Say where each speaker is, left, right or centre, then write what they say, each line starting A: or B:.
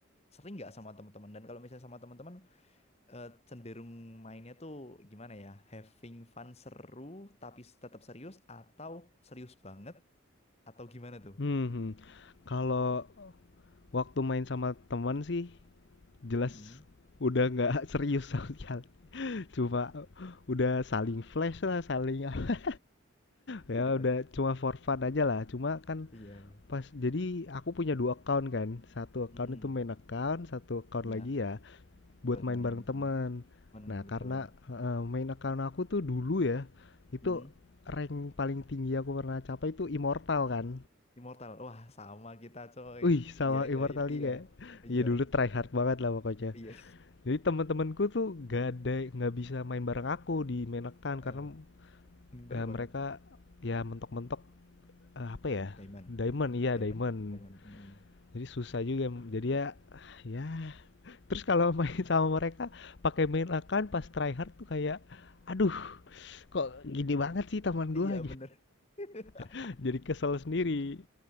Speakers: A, on the left; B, on the left.
A: sering nggak sama teman-teman? Dan kalau misalnya sama teman-teman eh, cenderung mainnya tuh gimana ya? Having fun seru tapi tetap serius atau serius banget atau gimana tuh?
B: Hmm, Kalau waktu main sama teman sih jelas
A: Mm-mm.
B: udah nggak <laughs> serius sama sekali. Cuma udah saling flash lah, saling <laughs> ya
A: Dekat.
B: udah cuma for fun aja lah. Cuma kan
A: Iya, iya.
B: pas jadi aku punya dua account kan. Satu account
A: Mm-mm.
B: itu main account, satu account
A: Iya,
B: lagi ya buat
A: buat
B: main
A: main
B: bareng teman.
A: sama temen
B: Nah,
A: betul.
B: karena heeh, main account aku tuh dulu ya, itu
A: Mm-mm.
B: rank paling tinggi aku pernah capai itu Immortal
A: Mm.
B: kan.
A: Immortal. Wah, sama kita coy.
B: Wih, sama
A: Iya, iya,
B: Immortal
A: iya. Iya.
B: juga.
A: Iya.
B: Iya dulu try hard banget lah pokoknya.
A: Iya.
B: Jadi teman-temanku tuh gak ada, nggak bisa main bareng aku di main account
A: Heeh.
B: karena
A: Bener
B: eh, mereka
A: banget.
B: ya mentok-mentok eh, apa ya?
A: Diamond.
B: Diamond, iya
A: Diamond.
B: diamond.
A: Diamond. mm
B: Jadi susah juga. Jadi ya, ya Terus kalau main sama mereka pakai main akan pas tryhard tuh kayak aduh kok gini banget sih taman gua
A: Iya, bener. <laughs>
B: <laughs> jadi kesel sendiri